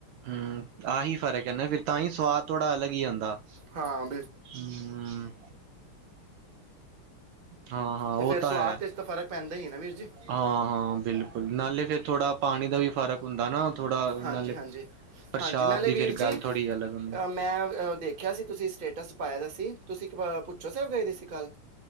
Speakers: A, on the right; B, on the right.
A: ਹਾਂ ਆਹੀ ਫਰਕ ਹੈ ਨਾ ਫਿਰ ਤਾਂਹੀ ਸਵਾਦ ਥੋੜ੍ਹਾ ਅਲੱਗ ਹੀ ਆਂਦਾ
B: ਹਾਂ
A: ਹੂੰ ਹਾਂ ਹਾਂ ਉਹ
B: ਤੇ ਫੇਰ
A: ਤਾਂ
B: ਸਵਾਦ
A: ਹੈ
B: ਤੇ ਤਾਂ ਫ਼ਰਕ ਪੈਂਦਾ ਹੀ ਨਾ ਵੀਰ ਜੀ
A: ਹਾਂ ਹਾਂ ਬਿਲਕੁਲ ਨਾਲੇ ਫਿਰ ਥੋੜ੍ਹਾ ਪਾਣੀ ਦਾ ਵੀ ਫਰਕ ਹੁੰਦਾ ਨਾ ਥੋੜ੍ਹਾ
B: ਹਾਂਜੀ
A: ਨਾਲੇ
B: ਹਾਂਜੀ
A: ਪ੍ਰਸ਼ਾਦ
B: ਹਾਂਜੀ ਨਾਲੇ
A: ਦੀ
B: ਵੀਰ
A: ਫਿਰ
B: ਜੀ
A: ਗੱਲ
B: ਅ
A: ਥੋੜ੍ਹੀ ਅਲੱਗ ਹੁੰਦੀ
B: ਮੈਂ ਦੇਖ ਆਖਿਆ ਸੀ ਤੁਸੀਂ ਸਟੇਟਸ ਪਾਇਆ ਦਾ ਸੀ ਤੁਸੀਂ ਇੱਕ ਭੁੱਚੋ ਸਾਹਿਬ ਗਏ ਦੇ ਸੀ ਕੱਲ੍ਹ